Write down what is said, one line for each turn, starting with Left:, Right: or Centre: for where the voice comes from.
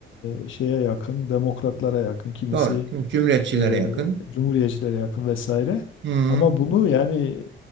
Left: e, şeye yakın, demokratlara yakın, kimisi
Right: Doğru. Cumhuriyetçilere
Left: e,
Right: yakın.
Left: cumhuriyetçilere yakın vesaire.
Right: Hı.
Left: Ama bunu yani